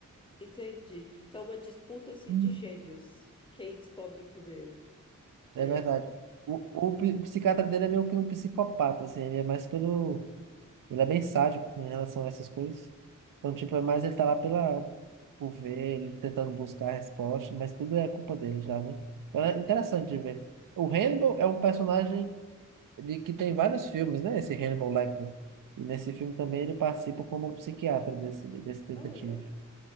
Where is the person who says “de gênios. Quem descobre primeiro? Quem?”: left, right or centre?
Left